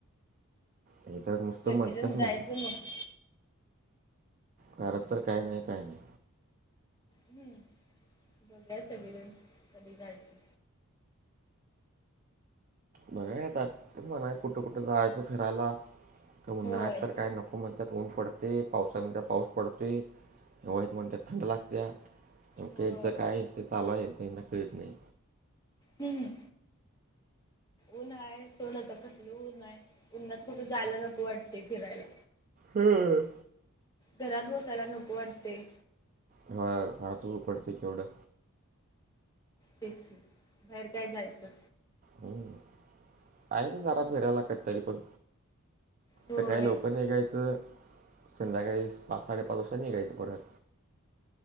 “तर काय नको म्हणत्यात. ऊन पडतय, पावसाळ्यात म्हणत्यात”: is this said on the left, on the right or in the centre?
Right